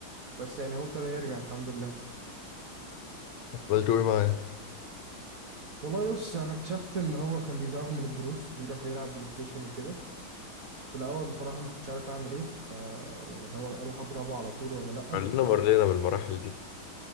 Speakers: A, on the right (about 45°); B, on the left (about 80°).
A: بس يعني هو ابتدى يرجع الحمد لله
B: أفضل تقول معايا
A: والله بص انا اكتشفت ان هو كان بيزاغ من الدروس ويروح يلعب بلاي ستيشن وكده في الاول بصراحة ما كنتش عارف اعمل ايه آه، يعني اللي هو اروح اضربه على طول ولا لا
B: كلنا مرينا بالمراحل دي